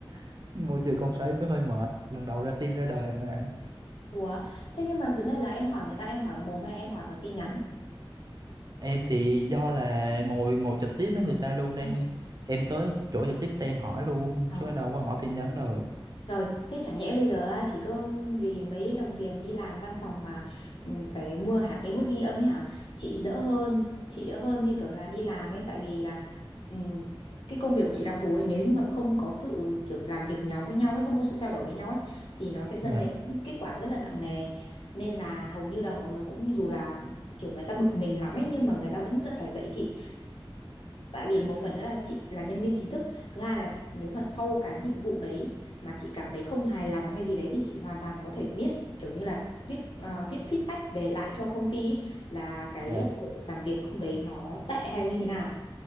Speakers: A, on the right (about 45°); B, on the left (about 65°).
A: <laughs> môi trường công sở em cũng hơi mệt lần đầu ra tin ra đời mà
B: Ủa thế nhưng mà vấn đề là em hỏi người ta em hỏi mồm hay em hỏi bằng tin nhắn
A: em thì do là ngồi ngồi trực tiếp với người ta luôn nên
B: Ừ.
A: em tới chỗ trực tiếp thì em hỏi luôn
B: Ờ.
A: chứ đâu có hỏi tin nhắn đâu
B: Trời, thế chẳng nhẽ bây giờ á, chỉ có vì mấy đồng tiền đi làm văn phòng mà ừ, phải mua hẳn cái bút ghi âm ấy hả? Chị đỡ hơn, chị đỡ hơn như kiểu là đi làm ấy tại vì là ừ, cái công việc của chị đặc thù ấy nếu như mà không có sự kiểu làm việc nhóm với nhau ấy, không có sự trao đổi với nhau ấy thì nó sẽ dẫn
A: nha
B: đến kết quả rất là nặng nề. Nên là hầu như là mọi người cũng dù là kiểu người ta bực mình lắm ấy nhưng mà người ta vẫn rất phải dạy chị tại vì là một phần nữa là chị là nhân viên chính thức thứ hai là nếu mà sau cái nhiệm vụ đấy mà chị cảm thấy không hài lòng hay gì đấy thì chị hoàn toàn có thể viết kiểu như là viết à, viết feedback về lại cho công ty ý, là cái
A: Dạ.
B: tổ làm việc hôm đấy nó tệ hay là như thế nào